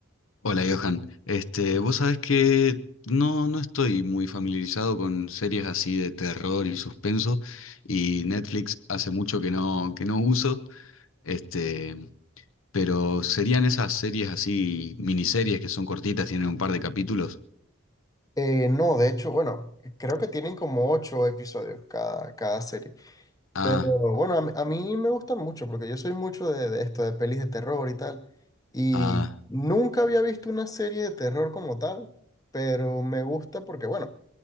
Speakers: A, on the left; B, on the left.
A: Hola Johan, este, vos sabés que no, no estoy muy familiarizado con series así de terror y suspenso y Netflix hace mucho que no, que no uso, este, pero serían esas series así, miniseries que son cortitas, tienen un par de capítulos.
B: Eh, no, de hecho, bueno, creo que tienen como ocho episodios cada, cada serie,
A: Ah,
B: pero bueno, a, mí a mí me gustan mucho porque yo soy mucho de, de esto, de pelis de terror y tal, y
A: ah,
B: nunca había visto una serie de terror como tal, pero me gusta porque, bueno,